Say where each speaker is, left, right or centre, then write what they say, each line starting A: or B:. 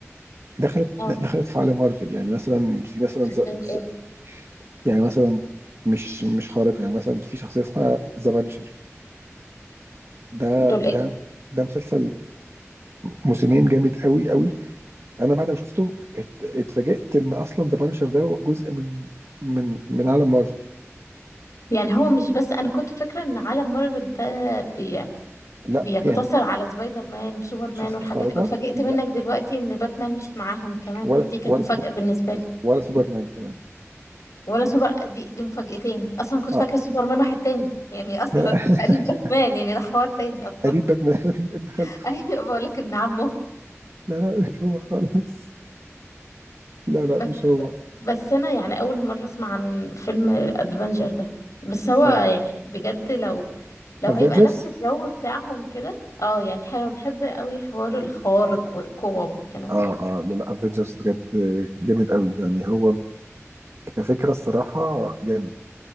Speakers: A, on the right; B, on the left.
A: دخلت
B: اه
A: دخلت في عالم مارفل يعني مثلا في مثلا
B: دول
A: ز... ز...
B: ايه
A: يعني مثلا مش مش خارقه يعني مثلا في شخصيه اسمها ذا بانشر ده
B: دول ايه
A: ده ده مسلسل موسمين جامد قوي قوي انا بعد ما شفته ات- اتفاجئت ان اصلا ذا بانشر ده جزء من من من عالم مارفل
B: يعني هو مش بس انا كنت فاكره ان عالم مارفل ده بي...
A: لا
B: بيقتصر
A: يعني
B: على سبايدر مان وسوبر
A: شخصية
B: مان والحاجات
A: خارقة
B: دي واتفاجئت
A: لا
B: منك دلوقتي ان باتمان مش معاهم كمان
A: ولا
B: دي كانت
A: ولا
B: مفاجاه
A: سوبر
B: بالنسبه لي
A: ولا سوبرمان كمان
B: ولا سوبر دي دي مفاجأتين اصلا كنت
A: اه
B: فاكره سوبر مان واحد تاني يعني اصلا
A: لا لا <laughs>
B: <laughs> قريب باتمان يعني ده حوار تاني اصلا
A: قريب باتمان <laughs> ابن خالته
B: <laughs> ايوه بقول لك ابن عمه
A: لا لا مش هو خالص لا لا
B: بس
A: مش هو
B: بس انا يعني اول مره اسمع عن فيلم ادفنجر ده بس هو يعني
A: افنجرز
B: بجد لو لو
A: اه
B: هيبقى
A: Avengers؟
B: نفس الجو بتاعهم كده اه يعني حلو بحب قوي حوار الخوارق والقوة والكلام
A: اه
B: ده
A: آه، لا لا افنجرز بجد جامد قوي يعني هو كفكرة الصراحة جامد